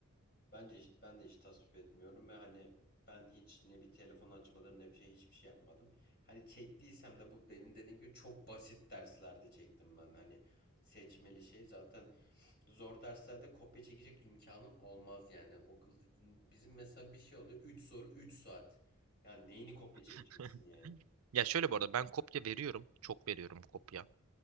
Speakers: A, on the left; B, on the right.
A: Bence hiç, ben de hiç tasvip etmiyorum ve hani ben hiç ne bir telefon açmaları ne bir şey hiçbir şey yapmadım. Hani çektiysem de bu benim dediğim gibi çok basit derslerde çektim ben. Hani seçmeli şey zaten zor derslerde kopya çekecek imkanın olmaz yani. O kız bizim mesela bir şey oluyor 3 soru 3 saat. Yani neyini kopya çekeceksin
B: <laughs>
A: yani?
B: Ya şöyle bu arada ben kopya veriyorum. Çok veriyorum kopya.